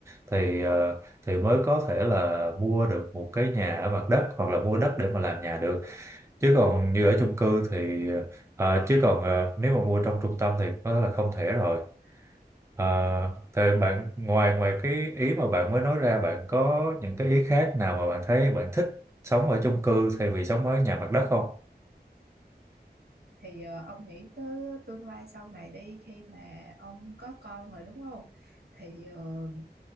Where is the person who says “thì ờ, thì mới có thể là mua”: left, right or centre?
Right